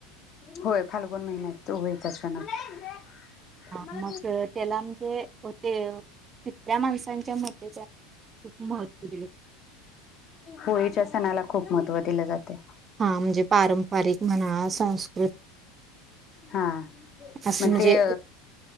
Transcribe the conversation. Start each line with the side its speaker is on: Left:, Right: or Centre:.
Left: होय. फाल्गुन महिन्यात होळीच सण अस हा,
Right: मग त्याला म्हणजे ते तिथल्या माणसांच्या मते त्या खूप महत्त्व दिले
Left: होळीच्या सणाला खूप महत्त्व दिलं जाते.
Right: हा म्हणजे पारंपरिक म्हणा संस्क
Left: हा
Right: असं
Left: मग
Right: म्हणजे
Left: ते